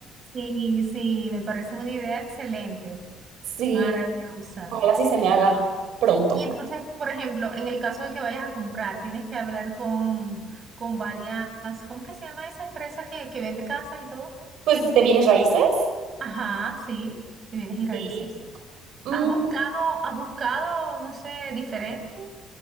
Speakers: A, on the right; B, on the right.
A: Sí, sí, me parece una idea excelente,
B: Sí,
A: maravillosa.
B: ojalá sí se me
A: Wow.
B: haga pronto.
A: Y entonces, por ejemplo, en el caso de que vayas a comprar, tienes que hablar con, con varias, ¿cómo que se llama esa empresa que, que vende casas y todo?
B: Pues de bienes raíces.
A: Ajá, sí, de bienes y raíces.
B: Sí. Mm,
A: ¿Has buscado, has buscado, no sé, diferente